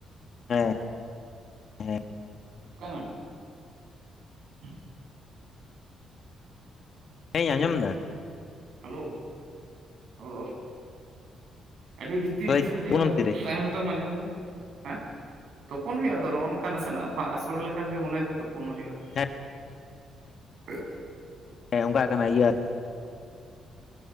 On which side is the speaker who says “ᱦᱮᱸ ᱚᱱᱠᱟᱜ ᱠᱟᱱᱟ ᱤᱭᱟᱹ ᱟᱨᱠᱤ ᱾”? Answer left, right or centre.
Left